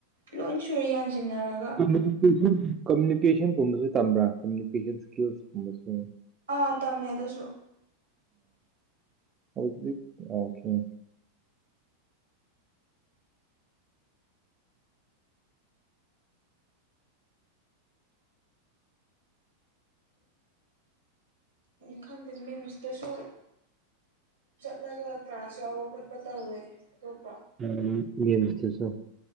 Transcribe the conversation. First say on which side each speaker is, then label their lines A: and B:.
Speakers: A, on the right; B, on the right.
A: ꯂꯣꯏ ꯁꯨꯔꯦ ꯌꯥꯟꯁꯤꯟꯅꯔꯒ
B: ꯀꯝꯃꯨꯅꯤꯀꯦꯁꯟ ꯀꯝꯃꯨꯅꯤꯀꯦꯁꯟꯒꯨꯝꯕꯁꯨ ꯇꯝꯕ꯭ꯔꯥ ꯀꯃꯨꯅꯤꯀꯦꯁꯟ ꯏꯁꯀꯤꯜꯁꯀꯨꯝꯕꯁꯨ
A: ꯑꯥ ꯇꯝꯃꯦꯗꯨꯁꯨ
B: ꯍꯧꯕꯤ ꯌꯥꯈꯤꯦ
A: ꯑꯣ ꯈꯪꯗꯦ ꯃꯤꯝꯁꯇꯁꯨ ꯂ ꯇ꯭ꯔꯥꯁ ꯌꯥꯎꯣ ꯈꯣꯠꯄꯇꯥ ꯍꯋ
B: ꯎꯝ ꯌꯦ ꯃꯁꯇꯁꯨꯣ